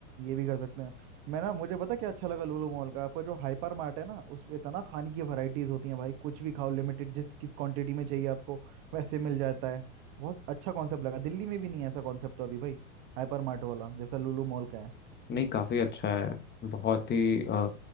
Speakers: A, on the right; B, on the left.
A: ये भी कर सकते हैं मैं ना मुझे पता क्या अच्छा लगा लूलू मॉल का आपका जो हाइपर मार्ट है ना उसमें इतना खाने की वैरायटीज होती हैं भाई कुछ भी खाओ लिमिटेड जिस किस क्वांटिटी में चाहिए आपको वैसे मिल जाता है बहुत अच्छा कॉन्सेप्ट लगा दिल्ली में भी नहीं है ऐसा कॉन्सेप्ट तो अभी भाई हाइपर मार्ट वाला जैसा लूलू मॉल का है
B: नहीं काफ़ी अच्छा है बहुत ही अ,